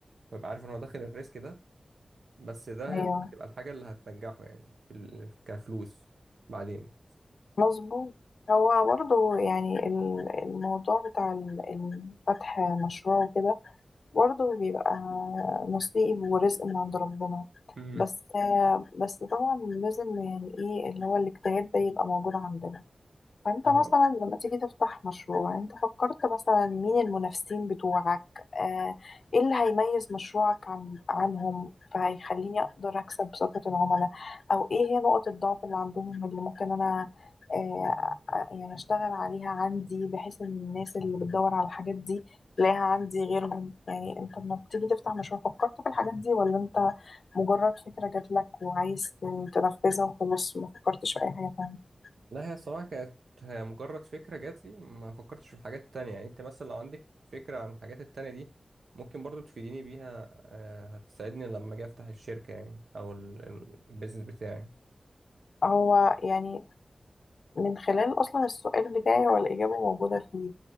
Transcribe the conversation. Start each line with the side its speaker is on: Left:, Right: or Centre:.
Right: ويبقى عارف ان هو داخل الريسك ده بس ده
Left: أيوه
Right: هيبقى- هتبقى الحاجة اللي هتنجحه يعني في ال... كفلوس بعدين
Left: مظبوط هو برضه يعني ال- الموضوع بتاع ال- ال- فتح مشروع وكده برضه بيبقى نصيب ورزق من عند ربنا
Right: امم
Left: بس بس طبعا لازم يعني ايه اللي هو الاجتهاد ده يبقى موجود عندنا فانت
Right: اه
Left: مثلا لما تيجي تفتح مشروع يعني انت فكرت مثلا مين المنافسين بتوعك آه، ايه اللي هيميز مشروعك عن عنهم فهيخليني اقدر اكسب ثقة العملاء او ايه هي نقط الضعف اللي عندهم اللي ممكن انا آه، آه، يعني اشتغل عليها عندي بحيث ان الناس اللي بتدور على الحاجات دي تلاقيها عندي غيرهم يعني انت لما بتيجي تفتح مشروع فكرت في الحاجات دي ولا انت مجرد فكرة جات لك وعايز تنفذها وخلاص ما فكرتش في اي حاجة تانية
Right: لا هي الصراحة كانت مجرد فكرة جات لي ما فكرتش في الحاجات التانية يعني انت مثلا لو عندك فكرة عن الحاجات التانية دي ممكن برضو تفيديني بيها آه، هتساعدني لما اجي افتح الشركة يعني او ال- ال- البيزنس بتاعي
Left: هو يعني من خلال أصلا السؤال بتاعي هو الإجابة موجودة فيه